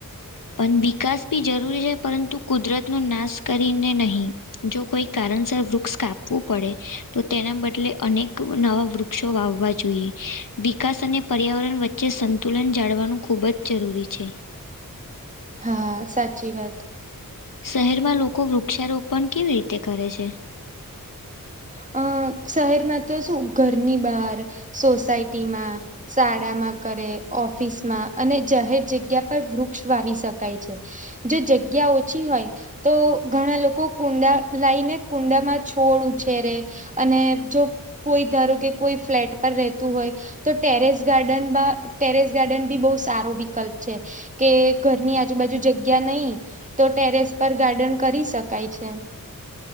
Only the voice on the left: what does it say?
પન વિકાસ બી જરૂરી છે, પરંતુ કુદરત નો નાશ કરીને નહીં જો કોઈ કારણસર વૃક્ષ કાપવું પડે તો તેના બદલે અનેક નવા વૃક્ષો વાવવા જોઈએ વિકાસ અને પર્યાવરણ વચ્ચે સંતુલન જાળવાનું ખૂબ જ જરૂરી છે.
શહેરમાં લોકો વૃક્ષારોપણ કેવી રીતે કરે છે?